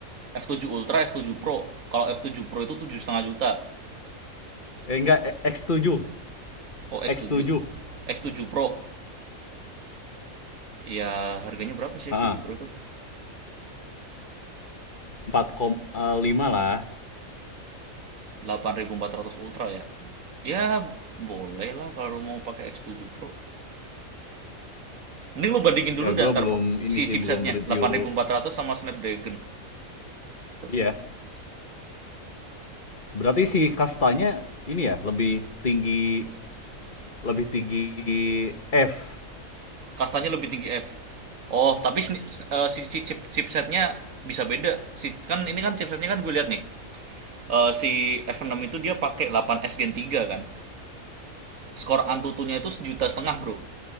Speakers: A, on the right; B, on the left.
A: F7 Ultra, F7 Pro. Kalau F7 Pro itu 7,5 juta.
B: Eh enggak eh, x tujuh
A: Oh, X7.
B: X7.
A: X7 Pro Ya, harganya berapa sih
B: Heeh.
A: X7 Pro itu?
B: empat koma lima lah.
A: delapan ribu empat ratus Ultra ya. Ya, boleh lah kalau lu mau pakai X7 Pro. Mending lu bandingin dulu
B: Ya
A: dan
B: gua
A: ntar
B: belum
A: pro- si
B: ini sih
A: chipsetnya
B: belum review.
A: delapan ribu empat ratus sama Snapdragon 1100.
B: Iya. Berarti si kastanya ini ya lebih tinggi lebih tinggi F
A: Kastanya lebih tinggi F. Oh, tapi sni- s- eh, si chip- chip- chipsetnya bisa beda. Si kan ini kan chipsetnya kan gue lihat nih. Eh, si F6 itu dia pakai 8S Gen 3 kan. Skor Antutunya itu sejuta setengah, Bro.